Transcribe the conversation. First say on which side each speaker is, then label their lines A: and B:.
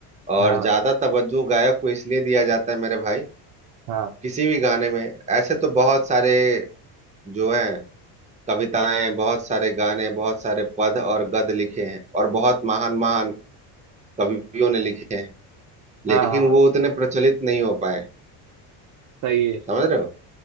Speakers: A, on the right; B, on the right.
A: और
B: हाँ भाई,
A: ज्यादा तवज्जो गायक को इसलिए दिया जाता है मेरे भाई
B: हाँ
A: किसी भी गाने में ऐसे तो बहुत सारे जो हैं कविताएं बहुत सारे गाने बहुत सारे पद और गद लिखे हैं और बहुत महान महान कवियों ने लिखे हैं लेकिन
B: हाँ हाँ
A: वो उतने प्रचलित नहीं हो पाए
B: सही है
A: समझ रहे हो